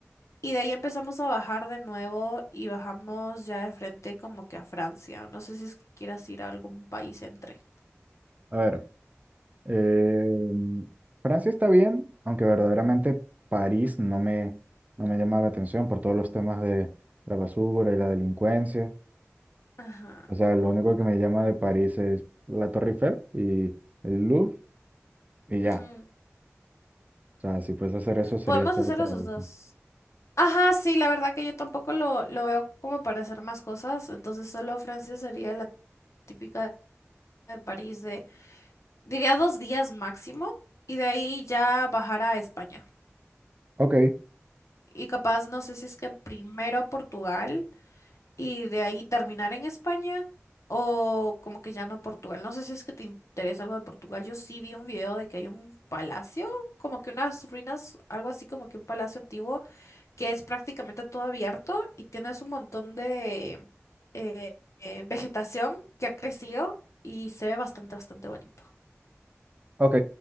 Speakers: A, on the left; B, on the right.
A: y de ahí empezamos a bajar de nuevo y bajamos ya de frente como que a Francia, no sé si es que quieras ir a algún país entre.
B: A ver, eh, Francia está bien, aunque verdaderamente París no me, no me llama la atención por todos los temas de la basura y la delincuencia.
A: Ajá.
B: O sea, lo único que me llama de París es la Torre Eiffel y el Louvre y ya.
A: ujú.
B: O sea, si fuese a hacer eso sería
A: Podemos
B: solo
A: hacer
B: para
A: esos
B: eso.
A: dos. Ajá, sí, la verdad que yo tampoco lo, lo veo como para hacer más cosas, entonces solo Francia sería la típica de París de, diría dos días máximo, y de ahí ya bajar a España.
B: Ok,
A: Y capaz, no sé si es que primero Portugal y de ahí terminar en España o como que ya no Portugal. No sé si es que te interesa algo de Portugal. Yo sí vi un video de que hay un palacio, como que unas ruinas, algo así como que un palacio antiguo que es prácticamente todo abierto y tienes un montón de eh, eh, vegetación que ha crecido y se ve bastante, bastante bonito
B: ok.